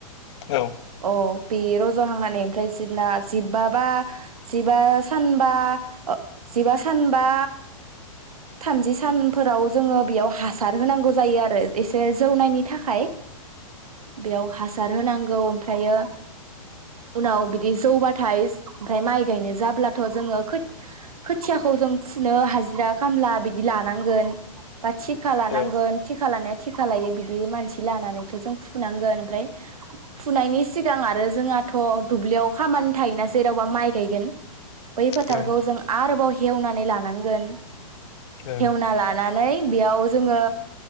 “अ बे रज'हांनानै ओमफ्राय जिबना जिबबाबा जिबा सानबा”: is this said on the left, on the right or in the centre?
Right